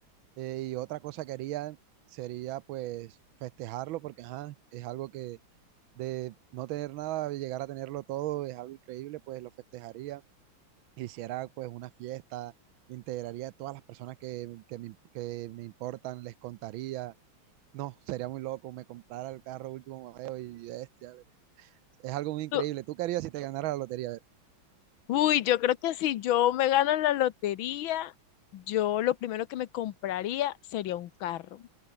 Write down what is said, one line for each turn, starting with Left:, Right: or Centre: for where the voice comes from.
Right: Eh, y otra cosa que haría sería, pues, festejarlo, porque, ajá, es algo que de no tener nada, llegar a tenerlo todo, es algo increíble, pues lo festejaría hiciera pues una fiesta, integraría a todas las personas que, que me, que me importan, les contaría. No, sería muy loco, me comprara el carro último modelo y bestia. Es algo muy increíble.
Left: tú-
Right: ¿Tú qué harías si te ganara la lotería? A ver.
Left: Uy, yo creo que si yo me gano la lotería, yo lo primero que me compraría sería un carro.